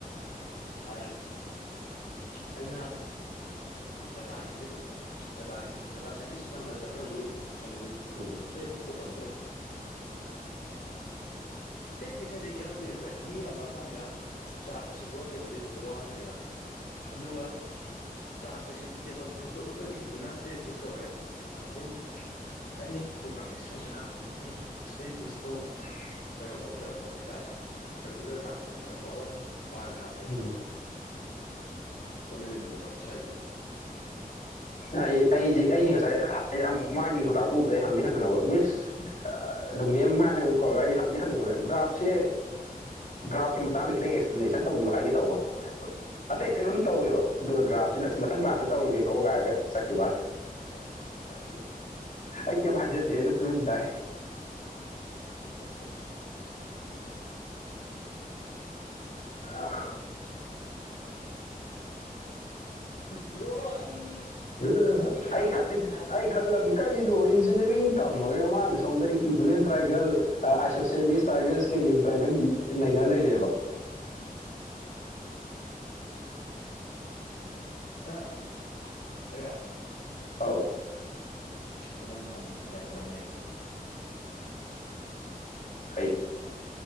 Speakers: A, on the left; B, on the left.
A: ꯁꯨꯃꯥꯏ ꯑꯩꯅ ꯗꯇꯥ ꯑꯦꯅꯥꯂꯤꯁ ꯗꯇꯥ ꯗꯗꯥꯇꯥ ꯁꯥꯏꯟꯇꯤꯁ ꯇꯝꯕ ꯆꯠꯂꯝꯃꯁꯨ ꯑꯦꯂꯤꯁ
B: ꯎꯝ
A: ꯁꯤꯦꯗꯤꯛꯁꯨ ꯇꯝꯖꯩ ꯏꯁ꯭ꯇꯦꯠ ꯁꯖꯦꯀꯤ ꯑꯃꯠꯇ ꯚꯥꯏ ꯃꯤ ꯌꯥꯝꯃꯛꯑꯀꯥꯟꯗ ꯆꯥꯔꯇ ꯁꯦꯡꯗꯣꯛꯑ ꯇꯦꯕꯜꯗ ꯊꯣꯛꯄꯗ ꯋꯥꯠꯇꯅꯦꯕ ꯑꯗꯨꯒ ꯆꯥꯠꯇ ꯇꯦꯕꯜꯗ ꯁꯦꯝꯗꯣꯛꯑꯒ ꯏꯕꯗꯨꯅ ꯁꯇꯦꯛꯇꯤꯁ ꯀꯧꯔꯦ ꯑꯗꯩ ꯑꯩꯅ ꯏꯟꯊꯣꯒ꯭ꯔꯥꯐꯤꯛꯁ ꯍꯥꯏꯗꯅ ꯍꯧꯖꯤꯛꯀꯤ ꯏꯁꯇꯦꯇꯤꯛꯁꯇꯣ
B: <inaudible>
A: ꯀꯩꯅꯣꯗ ꯑꯣꯟꯊꯣꯔꯛꯄ ꯍꯥꯏꯇꯥꯔꯦ ꯁꯔꯀꯨꯂꯔ ꯒ꯭ꯔꯥꯐꯇ ꯑꯣꯟꯊꯣꯔꯛꯄ ꯑꯣꯔ ꯕꯥꯔ ꯒ꯭ꯔꯥꯐꯇ ꯑꯣꯟꯊꯣꯔꯛꯄꯗꯣ
B: ꯎꯝ
A: ꯑꯣꯟꯅꯕꯤ ꯏꯟꯐꯣꯒ꯭ꯔꯥꯐꯤꯁꯥꯏꯅ
B: ꯑꯩ ꯑꯩꯁꯦ ꯑꯩꯁꯦ ꯉꯁꯥꯏ ꯌꯥꯝ ꯃꯥꯒꯤ ꯍꯗꯥꯛꯇꯨ ꯎꯕꯗ ꯑꯩ ꯍꯪꯗꯤꯦ ꯍꯪꯅꯤꯡꯉꯕ ꯃꯤꯁ ꯑꯗꯨꯝ ꯃꯦꯝ ꯍꯥꯏꯅꯒ ꯀꯧꯔꯒ ꯑꯩ ꯍꯪꯗꯤꯦ ꯍꯪꯅꯤꯡꯕꯗ ꯗ꯭ꯔꯥꯐꯁꯦ ꯒ꯭ꯔꯥꯐꯀꯤ ꯃꯇꯥꯡ ꯇꯪ ꯑꯦꯛꯁꯄ꯭ꯂꯦꯅꯦꯁꯟ ꯇꯤꯌ ꯍꯥꯏꯒꯦ ꯇꯧꯕ ꯑꯇꯩ ꯑꯇꯩ ꯑꯗꯨꯝ ꯇꯧꯋꯦꯕ ꯑꯗꯨꯒ ꯒ꯭ꯔꯥꯐꯁꯤꯅ ꯑꯁ ꯃꯊꯪ ꯀ꯭ꯂꯥꯁꯇ ꯇꯧꯔꯒꯦꯀꯣ ꯥꯏꯔꯒ ꯆꯠꯈꯤꯕꯅꯤ
A: <inaudible>
B: ꯑꯩ ꯀꯩꯝ ꯍꯥꯏꯖꯗꯦ ꯑꯩ ꯑꯗꯨꯝ ꯇꯨꯃꯤꯟ ꯇꯥꯏ
A: ꯊꯦꯁꯦ
B: ꯎꯝ
A: ꯔ꯭ꯔꯣ ꯑꯩ
B: ꯎ
A: ꯇꯠꯅꯤꯡꯉꯦꯗ
B: ꯑꯩ ꯈꯗꯤ
A: ꯅꯪ ꯉꯥꯡꯉꯤꯗꯣ
B: ꯑꯩ ꯈ ꯜ ꯀꯩꯅꯣ ꯏꯟꯖꯤꯅꯤꯌꯥꯔꯤꯡ ꯇꯝꯃꯒ ꯃꯥꯅ ꯁꯣꯝꯗ ꯏꯀ꯭ꯋꯤꯕꯂꯦꯟ ꯇ꯭ꯔꯥꯏꯒꯦꯜ ꯑꯥꯏꯁꯣꯁꯦꯂꯤꯁ ꯇꯥꯏꯒꯔꯁ ꯀꯦꯂꯤꯝ ꯇ꯭ꯔꯥꯏꯒꯟ ꯅꯩꯅꯔ ꯂꯩꯔꯦꯕ <inaudible>
A: ꯑ ꯍꯌꯥ
B: ꯍꯥꯎ
A: ꯑꯩꯉꯣꯟꯗ ꯌꯥꯝ ꯕ ꯂꯥꯏꯇꯔ ꯑꯃ ꯂꯩ
B: ꯀꯩ